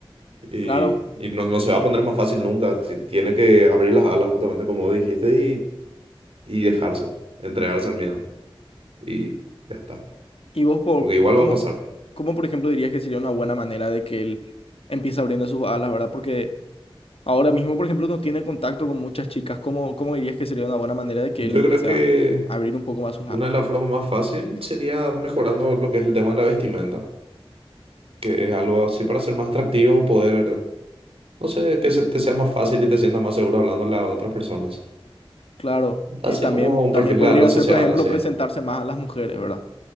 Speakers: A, on the right (about 75°); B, on the left (about 75°).
A: y,
B: Claro.
A: y no, no se va a poner más fácil nunca. Ti- Tiene que abrir las alas, justamente como dijiste, y, y dejarse, entregarse al miedo y ya está,
B: Y vos, por,
A: porque igual
B: ¿cómo,
A: va a pasar.
B: cómo, por ejemplo, dirías que sería una buena manera de que él empiece abriendo sus alas, ¿verdad? Porque ahora mismo, por ejemplo, no tiene contacto con muchas chicas. ¿Cómo, cómo dirías que sería una buena manera de que
A: Yo
B: él empiece
A: creo que
B: a abrir un poco más sus
A: una
B: alas?
A: de las formas más fácil sería mejorando lo que es el tema de la vestimenta. que es algo así para ser más atractivo, poder, no sé, que se te sea más fácil y te sientas más seguro hablando a otras personas.
B: Claro.
A: Así
B: Eh, también,
A: como un
B: también
A: perfil
B: podría
A: de la red social,
B: ser, por ejemplo,
A: así.
B: presentarse más a las mujeres, ¿verdad?